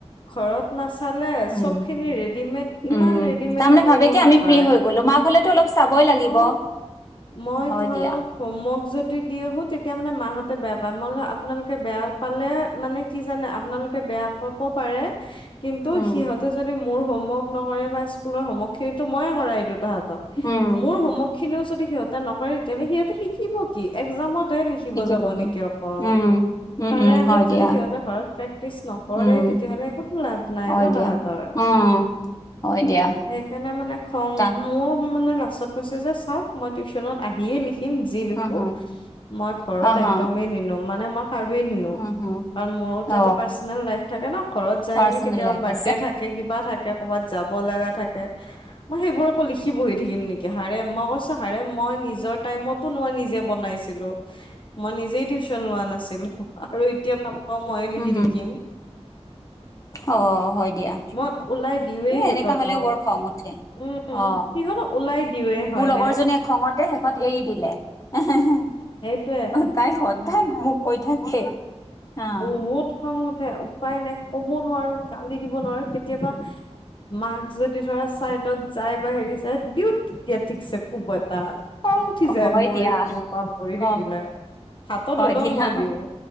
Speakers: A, on the left; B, on the left.
A: ঘৰত নাচালে
B: উম
A: চবখিনি ৰেডিমেড
B: উম,
A: ইমান ৰেডিমেডটো
B: তাৰমানে ভাবে
A: কোনো
B: কি
A: নাপায়।
B: আমি ফ্ৰী হৈ গ'লো মাক হলেতো অলপ চাবই লাগিব।
A: অ মই
B: হয়
A: ধৰক
B: দিয়া,
A: সমক য দি আহো তেতিয়া মানে মাহতে বেয়া পায় মই আপোনালোকে বেয়া পালে মানে কি জানে আপোননালোকে বেয়া পাব পাৰে <unintelligible> কিন্তু
B: উম,
A: সিহঁতে যদি মোৰ হ হোমৱৰ্ক নকৰে বা স্কুলৰ হমৱৰ্কিনিতো ময়ে কৰাই দিওঁতাহাঁত ত
B: উম,
A: মোৰ হোমৰ্ক খিনিও যদি সিহঁত নকৰে তেতিয়াহলে সিহতে শিকিব কি এক্জামত লিখিব
B: শিকিব
A: যাব
B: সি।
A: নেকি অকল
B: উম, উম,
A: <unintelligible>
B: উম,
A: সিহঁতে
B: হয় দিয়া,
A: পাক্টিছ নকৰেই
B: উম,
A: তেতিয়াহলে কতনো পাৰিব ন
B: হয় দিয়া।
A: সিহঁতৰ
B: উম, হয় দিয়া,
A: সেইকাৰণে মানে মোৰ খংত
B: তা
A: মানে <unintelligible> াছত <unintelligible> কছে যে চাওক মই টিউচনত আহিয়ে লিখি যি লিখোঁ
B: হুম, হুম,
A: মই ঘৰত
B: অ, হ,
A: আকদমেই নিলিখো মানে মই <unintelligible> ো
B: হুম, হুম,
A: আৰু মোৰো
B: অ,
A: এটা পাৰ্চনেল লাইফ থাকে ন ঘৰত যাই
B: পাৰ্চনেল
A: কিনে কেতিয়াবা
B: লাইফ
A: বাৰ্থডে
B: আছে।
A: থাকে কিবা থাকে ক'ৰবাত যাব লগা থাকে মই সেইবোৰ আকৌ লিখি বহি থাকিম নেকি হাৰে মই কৈছো হাৰে মই নিজৰ টাইমতো মই নিজে বনাইছিলো মই নিজেই টিউচন লোৱা নাছিলো আৰু এতিয়া মই লকি
B: হুম, হুম,
A: থিকিম
B: অ, হয় দিয়া,
A: মই ওলাই দিয়ে
B: এ
A: সিহঁতক
B: এনেকা হলেও বৰ খং উঠে।
A: উম
B: অ,
A: সিহতক ওলাই দিওঁৱে হয়নে
B: মোৰ লগৰজনীয়ে খঙতে শেষত এৰি দিলে হ
A: সেইটোয়ে
B: হ তাই সদায় মোক কৈ থাকে অ,
A: উ উট খ উপায় নাই ক'ব নোৱাৰো গালি দিব নোৱাৰো কেতিয়াবা মাক যদি ধৰা চাইডত যায় বা হেৰি যায় দিওঁ <unintelligible> এতিয়া ঠিকছে কব এটা খং উঠি যায়
B: হয়
A: মোৰ
B: দিয়া।
A: এইবোৰ কাম কৰি
B: অ,
A: থাকিলে হাতত
B: হয়
A: হলেও
B: দিয়া।
A: মই দিওঁ